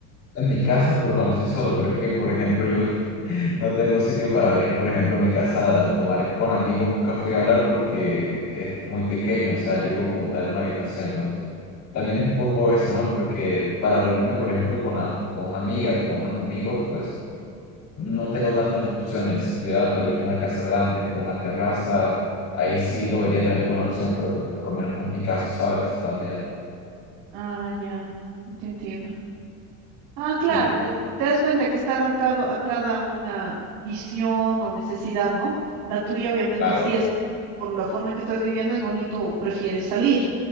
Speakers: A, on the left; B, on the right.
A: en mi casa, pero cuando estoy solo, pero es que, por ejemplo, yo <laughs> no tengo sitio para venir, por ejemplo, a mi casa a tomar con amigos café y hablar porque es muy pequeño, o sea, yo vivo como tal en una habitación, entonces también es un poco eso, ¿no? Porque para reunirme, por ejemplo, con, a- con una amiga, con unos amigos, pues no tengo tantas opciones. Si Tuviera tal vez una casa grande con una terraza, ahí sí lo vería también como una opción, pero pues, por lo menos no es mi caso, ¿sabes? También.
B: Ah, ya, te entiendo. Ah, claro,
A: Sí,
B: eh, te das cuenta que está adaptado a cada una visión o necesidad, ¿no? La tuya obviamente
A: claro,
B: sí es, por la forma en que estás viviendo, es bonito o prefieres salir,